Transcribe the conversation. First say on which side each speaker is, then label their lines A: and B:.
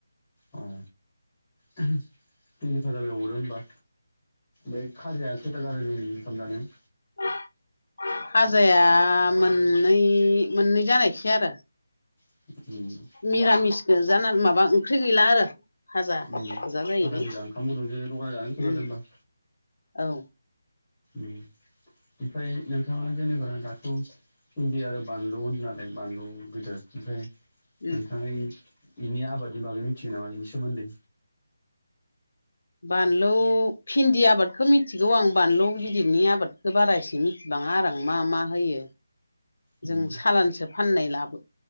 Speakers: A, on the left (about 15°); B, on the left (about 70°).
A: औ भिनदि भाजाबो एवबावदो होमबा बे खाजाया खैथा जादों जोंनि ओंखाम जानायाव
B: <inaudible> हाजाया मोननै मोननै जानायसै आरो
A: उ <inaudible>
B: मिरामिस गोजाना माबा ओंख्रि गैला आरो भाजा
A: उ
B: गोजा जाहैबाय
A: फाजा गोजा ओंखाम गुदुंजों लगायाना जानो गोथाव
B: उम
A: जादों होमबा
B: औ
A: ओमफ्राय नोंथाङा जेने गोनां दाथ' भिन्दी आरो बानलु होनदों नालाय बानलु गिदिर ओमफ्राय
B: उम
A: नोंथाङा बिनि आबादनि बागै मिथिगौ नामा बिनि सोमोन्दै
B: बानलु भिन्दि आबादखौ मिथिगौ आं बानलु गिदिरनि आबादखौ बारा एसे मि बांङा आं आरो मा मा होयो
A: उम
B: जों सालानसो फाननाय लाबो